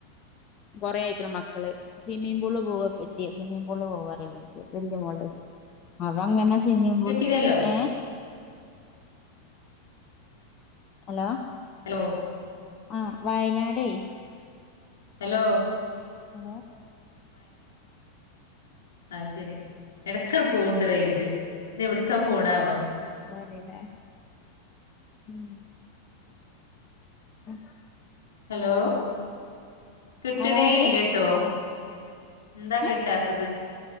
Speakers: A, on the left; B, on the left.
A: കൊറെേ ആയിക്കണം മക്കള് സ്വിമ്മിംഗ പൂള് പോവ ഇപ്പച്ചിയെ സ്വിമ്മിംഗ പൂള് പോവാന്ന് പറയല് വലിയ മോള് അപ്പ അങ്ങനെ സിമ്മിങ് പൂള്
B: കേട്ടില്ലല്ലോ
A: ഏ ഹലോ
B: ഹലോ
A: ആ വയനാട്
B: ഹലോ
A: ഹലോ
B: ആയ് ശെരി എടക്കണ പോവ്ണ്ട് റേഞ്ച് ഇത് എവിടക്കാ പോണാവോ
A: അല്ലല്ലേ ഉം അ
B: ഹലോ കിട്ടണേ
A: ആവാവാക്
B: ഇല്ലട്ടോ എന്താ
A: ഏ
B: കിട്ടാത്തത്